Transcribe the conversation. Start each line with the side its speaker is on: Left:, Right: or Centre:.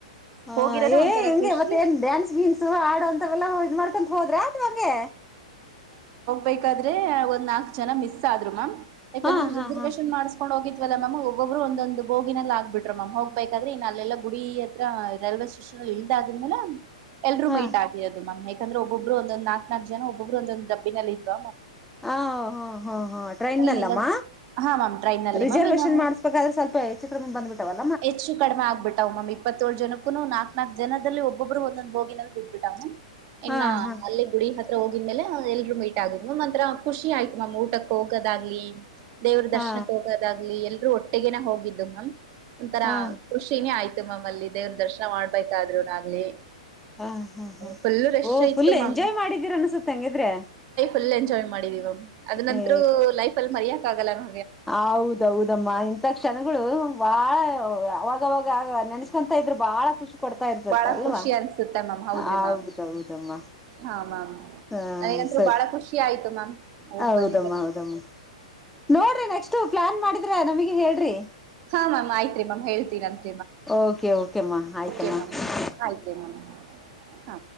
Centre: ಹ
Right: ಹೋಗಿರೋದ
Centre: ಏ
Right: ಒಂಥರ
Centre: ಹಂಗೆ
Right: ಖುಷಿ
Centre: ಮತ್ತೆ ಏನ್ ಡ್ಯಾನ್ಸ್ ಗಿನ್ಸು ಹಡು ಅಂತ ಎಲ್ಲಾ ಇದ್ ಮಾಡ್ಕಂತ ಹೋದ್ರಿ ಅಥವಾ ಹಂಗೆ
Right: ಬೇಕಾದ್ರೆ ಒಂದ್ ನಾಲ್ಕಕ್ ಜನ ಮಿಸ್ ಆದ್ರು ಮ್ಯಾಮ್ ಯಾಕಂದ್ರೆ
Centre: ಹಾ
Right: ರಿಸರ್ವೇನ್
Centre: ಹಾ ಹಾ
Right: ಮಾಡ್ಕೊಂಡ್ ಹೋಗಿದ್ದ ಮಾಮ್ ಒಬ್ಬೊಬ್ರು ಒಂದೊಂದು ಬೋಗಿನಲ್ಲಿ ಆಗ್ಬಿಟ್ಟು ಮಮ್ ಹೋಗ್ಬೇಕಾದ್ರೆ ಇನ್ನ ಅಲ್ಲೆಲ್ಲಾ ಗುಡಿ ಹತ್ರ ರೈಲ್ವೆ ಸ್ಟೇಷನ್ ಅಲ್ಲಿ ಇಲ್ದಾಗಿರ್್ಮೇಲೆ ಎಲ್ರುೂ
Centre: ಹಾ
Right: ಮೀಟ್ ಆಗಿರದು ಮಾಮ್ ಅಂದ್ರ ಒಬೊಬ್ರು ಒಂದಂದು ನಕ್ ನಕಕ್ ಜ ಒಬ್ರು ಒಂದ ಡಬ್ಬಿನಲ್ಲಿ ಇದ್್
Centre: ಹ ಹ ಹಾ ಹಾ ಟ್ರೈನ್ ನಲ್ಲಮ್ಮ
Right: ನೆಲ್ಲ ಹಾ ಮ್ಯಾಮ್ ಟ್ರೈನ್ ನಲ್ಲಿ
Centre: ರಿಸರ್ವೇಶನ್
Right: ಮ್ಯಾಮ್ ಇನ್ನು
Centre: ಮಾಡ್ಸ್ಬೇಕಾದ್ರೆ ಸ್ವಲ್ಪ ಹೆಚ್ಚು ಕಡೆ ಮುಂದ್ ಬಂದ್ಬಿಟ್ಟವಲ್ಲ
Right: ಹೆಚ್ಚು ಕಡಿಮೆ ಆಗ್ಬಿಟ್ಟಾವ ಮಮ್ ಇಪ್ಪತ್ತೇಳು ಜನಕ್ಕೂ ನಾಲ್ಕು ನಾಕ್ ಜನದಲ್ಲಿ ಒಬೊಬ್ಬರು ಒಂದೊಂದ್ ಬೋಗಿನಲ್ಲಿ ಬಿದ್ಬಿಟ್ಟಮ್ಮ ಇಲ್ಲ
Centre: ಹಾ ಹಾ
Right: ಅಲ್ಲೆ ಗುಡಿ ಹತ್ತ ತ್ರ ಹೋಗಿದ್ಮೇಲೆ ಎಲ್ರು ಮೀಟ್ ಆಗಿದ್ ಮಮ್ಂತ್ರರ ಖುಷಿ ಆಯ್ತು ಮಾಮ್ ಊಟಕ್ ಹೋಗೋದಾಗ್ಲಿ ದೇವ್ರ
Centre: ಹಾ
Right: ದರ್ಶನಕ್ಕೆ ಹೋಗೋದಾಗ್ಲಿ ಎ ಒಟ್ಟಗನೆ ಹೋಗಿದ್ದು ಮಲ್ ಒಂಂತರ
Centre: ಹಾ ಹಾ
Right: ಖುಷಿನೇ ಆಯ್ತು ಮಮ್ಮಲ್ಲಿ ದೇವ್ನ ದರ್ಶನ ಮಾಡ್ಬೇಕಾದ್ರುನ ಆಗ್ಲಿ
Centre: ಹಾ ಹಾ ಹಾ
Right: ಫುಲ್ ರಶ್
Centre: ಓ
Right: ಇತ್ತು
Centre: ಫುಲ್
Right: ಮ್ಯಾಮ್.
Centre: ಎಂಜಾಯ್ ಮಾಡಿದ್ದೀರ ಅನ್ಸುತ್ತೆ ಹಂಗಿದ್ರೆ
Right: ುಲ್ ಎಜಾಯ್ ಮಾಡಿ ಮಾಡ ಅದ್ ನಂತರೂ
Centre: ಏ
Right: ಲೈಫ್ ಅಲ್ಲಿ ಮರ ಸಗಲನು
Centre: ಹೌದೌದಮ್ಮ ಇಂತ ಕ್ಷಣಗಳು ಬಾಳ ಅವಾಗವಾಗ ನೆನ್ಸ್ಕೊಂತ ಇದ್ರೆ ಬಾಳ ಖುಷಿ. ಕೊಡ್ತಾ ಇರ್ತತೆ
Right: ಬಾಳ
Centre: ಅಲ್ವಾ
Right: ಖುಷಿ ಅನ್ಸುತ್ತೆ ಮಮ್ಮ. ಹೌದ
Centre: ಹೌದೌದಮ್ಮ
Right: ಮ್ಯ ಹ ಮ್ಯ್
Centre: ಹ
Right: ನನಗೂ
Centre: ಸರಿ
Right: ಬ ಖುಷಿ ಆಯ್ತು ಮ್ಯಾಮ್ ಹೋಗ್
Centre: ಹೌದಮ್ಮ
Right: ಬಂದ
Centre: ಹೌದಮ್ಮ ನೋಡ್ರಿ ನೆಕ್ಸ್ಟ್ ಪ್ಲಾನ್ ಮಾಡಿದ್ರೆ ನಮಗೆ ಹೇಳ್ರಿ
Right: ಹ್ಯಾಮ್ಯ್ತ್ರಿ ಮಾಮ್ ಹಳ್ತೀನಂತ.
Centre: ಓಕೆ ಓಕೆಮ್ಮ ಆಯ್ತಮ್ಮ
Right: ೆ ಮ್ಯ ಆಯ್
Centre: ಓಕೆ
Right: ಮ್ಯ. ಹ